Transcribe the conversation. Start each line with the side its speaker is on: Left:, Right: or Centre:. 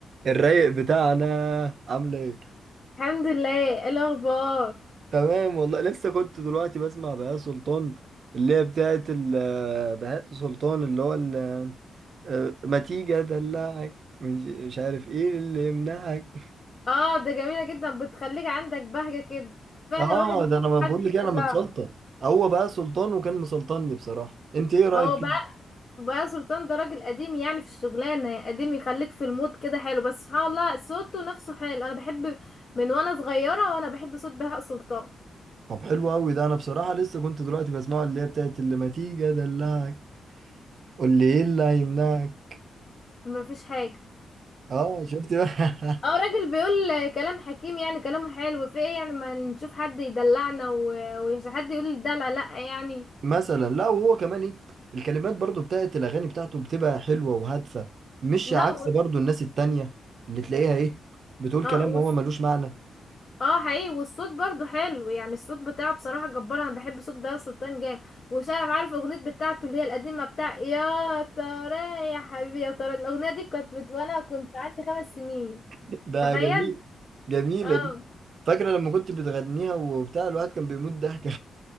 Right: الرايق بتاعنا عامله ايه
Left: الحمد لله إيه الاخبار
Right: تمام والله لسه كنت دلوقتي بسمع بهاء سلطان اللي هي بتاعت ال- بهاء سلطان اللي هو ال- آه، ما تيجي ادلعك مش مش عارف ايه اللي يمنعك
Left: اه ده جميله جدا بتخليك عندك بهجه كده فعلا
Right: اه
Left: الواحد محتاج
Right: ده انا ما بقول
Left: حد
Right: لك
Left: يدلعه
Right: إيه، انا متسلطن هو بقى سلطان وكان مسلطني بصراحه انت ايه رايك
Left: هو
Right: فيه
Left: بقى بقى سلطان ده راجل قديم يعني في الشغلانه قديم يخليك في المود كده حلو بس سبحان الله صوته نفسه حلو انا بحب من وانا صغيره وانا بحب صوت بهاء سلطان
Right: طب حلو قوي ده انا بصراحه لسه كنت دلوقتي بسمعه اللي هي بتاعت اللي ما تيجي ادلعك قول لي ايه اللي هيمنعك
Left: مفيش حاجه
Right: اه شفت بقى
Left: اه
Right: <laughs>
Left: راجل بيقول كلام حكيم يعني كلامه حلو في ايه يعني ما نشوف حد يدلعنا و- وحد يقول الدلع لا يعني
Right: مثلا لا وهو كمان ايه الكلمات برضو بتاعت الاغاني بتاعته بتبقى حلوه وهادفه مش
Left: لا
Right: عكس
Left: و...
Right: برضو الناس التانية اللي تلاقيها ايه بتقول
Left: اه
Right: كلام وهو ملوش معنى
Left: اه حقيقي والصوت برضو حلو يعني الصوت بتاعه بصراحة جبار انا بحب صوت بهاء سلطان جامد وشايف عارف اغنية بتاعته اللي هي القديمة بتاع يا ترى يا حبيبي يا ترى الاغنية دي كانت بت... وانا كنت عندي خمس سنين
Right: <laughs> ده
Left: تخيل
Right: جميل جميله
Left: اه
Right: دي فاكره لما كنت بتغنيها وبتاع الواحد كان بيموت ضحك